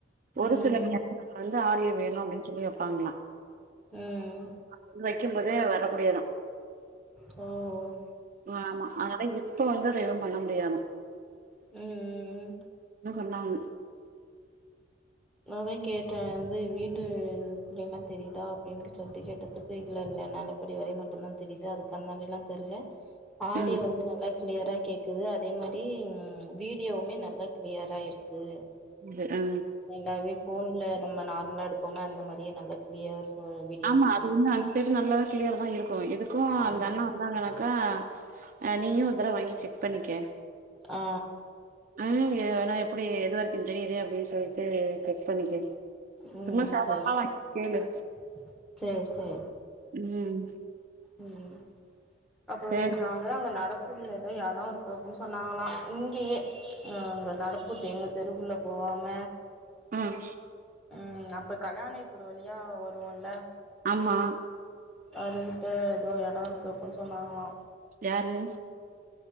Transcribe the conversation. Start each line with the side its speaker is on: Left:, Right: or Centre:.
Right: ஒரு
Centre: ம்
Right: சில <inaudible> வந்து ஆடியோ வேணு அப்டின் சொல்லி வெப்பாங்ளா.
Centre: ம்
Right: அது வந்து வெக்கிம்போதே வரக்கூடியதா.
Centre: ம்.
Right: ம் ஆமா அதனால இப்ப வந்து அத எதும் பண்ண முடியாதா.
Centre: ம் ம் ம்
Right: ன்னு சொன்னாங்
Centre: நா அதா கேட்டே வந்து அது வந்து வீடு குள்ள எல்லா தெரிதா அப்டின் சொல்ட்டு கேட்டதுக்கு இல்ல இல்ல நெல ப்படி வரையு மட்டுந்தா தெரிது. அதுக்கு அந்தாண்டில்லா தெர்ல. ஆடியோ
Right: ம்
Centre: வந்து நல்லாக் க்ளியரா கேக்குது அதே மாரி ம் வீடியோவுமே நல்லா க்ளியரா இருக்கு.
Right: இது அ
Centre: நல்லாவே ஃபோன்ல நம்ம நார்ம்லா எடுப்போமே அந்த மாரியே நல்ல க்ளியர் வ வி
Right: ஆமா அது வந்து அந்த சைடு நல்லாதா க்ளியர்தா இருக்கு எதுக்கு அந்த
Centre: ம்
Right: அண்ணா வந்தாங்கனா க்கா அ நீயு ஒரு தடவ வாங்கி செக் பண்ணிக்க.
Centre: ஆ.
Right: ம் ஏனா எப்டி எது வரைக்குந் தெரியிது அப்டின் சொல்லிட்டு செக் பண்ணிக்க.
Centre: ம்
Right: சும்மா சாதாரணமா
Centre: சேர் சே
Right: வாங்கி கேளு
Centre: சே சே.
Right: ம்
Centre: ம் அப்றோ
Right: சேரி
Centre: இன்னிக்கி சா ந்தரோ அங்க நடப்பூர்ல எதோ எடோ இருக்கு அப்பின் சொன்னாங்களா இங்கயே. அ அங்க நடப்பூத்து எங்க தெருக்குள்ள போவாம
Right: ம்.
Centre: ம் அப்ப கல்யாணை பூரு வழியா வருவோல்ல.
Right: ஆமா
Centre: அதுட்ட ஏதோ எடம் இருக்கு அப்டினு சொன்னாங்களாம்
Right: யாரு